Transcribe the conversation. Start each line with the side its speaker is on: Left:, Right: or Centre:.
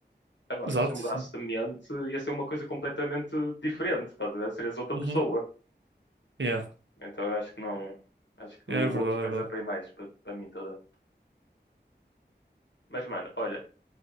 Left: Agora,
Right: Exato.
Left: se mudasses
Right: sim.
Left: de mente, ia ser uma coisa completamente diferente, estás Serias outra
Right: Uhum.
Left: pessoa.
Right: Yeah.
Left: Então eu acho que não. Acho que
Right: Yeah,
Left: o
Right: é verdade,
Left: outro pesa
Right: é verdade.
Left: bem mais para para mim, tá? Mas, mano, olha,